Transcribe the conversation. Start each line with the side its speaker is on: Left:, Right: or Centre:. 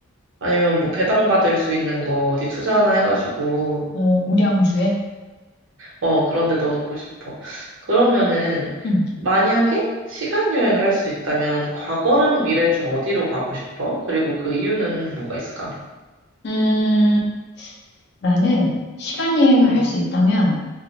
Right: 아니면 뭐 배당받을 수 있는 거 어디 투자 하나 해가지고,
Left: 어, 우량주에.
Right: 어, 그런데 넣어놓고 싶어. 그러면은,
Left: 음,
Right: 만약에 시간 여행을 할 수 있다면, 과거랑 미래 중 어디로 가고 싶어? 그리고 그 이유는 뭐가 있을까?
Left: 음, 나는 시간 여행을
Right: 응,
Left: 할 수 있다면